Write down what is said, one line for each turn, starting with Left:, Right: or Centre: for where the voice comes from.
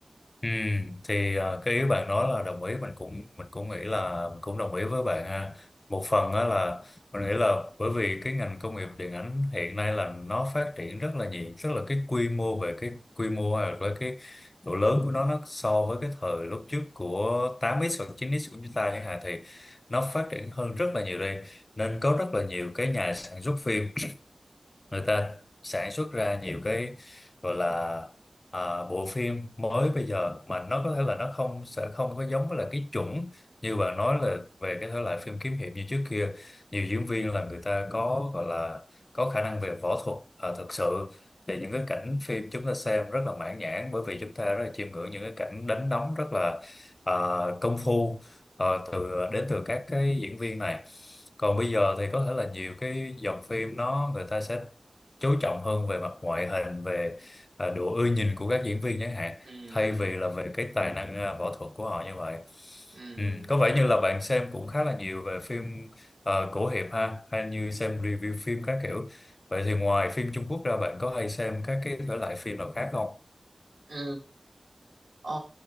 Left: Ừ, thì à, cái ý bạn nói là đồng ý mình cũng mình cũng nghĩ là mình cũng đồng ý với bạn ha một phần á là mình nghĩ là bởi vì cái ngành công nghiệp điện ảnh hiện nay là nó phát triển rất là nhiều rất là cái quy mô về cái quy mô hay là với cái độ lớn của nó nó so với cái thời lúc trước của tám x hoặc chín x của chúng ta chẳng hạn thì nó phát triển hơn rất là nhiều đây nên có rất là nhiều cái nhà sản xuất phim người ta sản xuất ra nhiều cái gọi là à, bộ phim mới bây giờ mà nó có thể là nó không sẽ không có giống với là cái chuẩn như bạn nói là về cái thể loại phim kiếm hiệp như trước kia nhiều diễn viên là người ta có gọi là có khả năng về võ thuật à, thực sự thì những cái cảnh phim chúng ta xem rất là mãn nhãn bởi vì chúng ta rất là chiêm ngưỡng những cái cảnh đánh đấm rất là à, công phu à, từ đến từ các cái diễn viên này còn bây giờ thì có thể là nhiều cái dòng phim nó người ta sẽ chú trọng hơn về mặt ngoại hình về à, độ ưa nhìn của các diễn viên chẳng hạn
Right: ừ
Left: thay
Right: ừ
Left: vì là về cái tài năng à, võ thuật của họ như vậy
Right: ừ
Left: ừ, có vẻ như là bạn xem cũng khá là nhiều về phim ờ, cổ hiệp ha hay như xem review phim các kiểu vậy thì ngoài phim Trung Quốc ra bạn có hay xem các cái thể loại phim nào khác không
Right: ừ ờ,